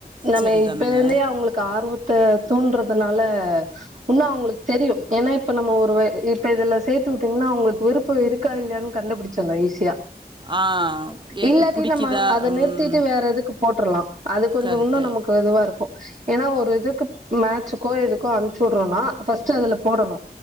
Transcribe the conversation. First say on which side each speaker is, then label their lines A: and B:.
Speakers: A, on the right; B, on the right.
A: நம்ம
B: சரிதானுங்க
A: இப்ப இருந்தே அவுங்களுக்கு ஆர்வத்த தூன்றதுனால இன்னோ அவுங்ளுக்கு தெரியு ஏன்னா இப்ப நம்ம ஒரு இப்ப இதுல சேத்து வுட்டீங்ன்னா அவுங்ளுக்கு விருப் போ இருகா இல்லையானு கண்டுபிடிச்சிர்லா ஈசியா
B: ஆ எ
A: இல்லாட்டி
B: புடிக்குதா
A: நம்ம அத நிறுத்திட்டு
B: ம்
A: வேற எதுக்கு போட்டுர்லா அது கொஞ்சோ
B: கரெக்ட்டு
A: இன்னு நமக்கு இதுவா இருக்கு ஏன்னா ஒரு இதுக்கு மேச்சுக்கோ எதுக்கோ அம்ச்சு விட்ரௌனா ஃபஸ்ட்டு அதுல போடணு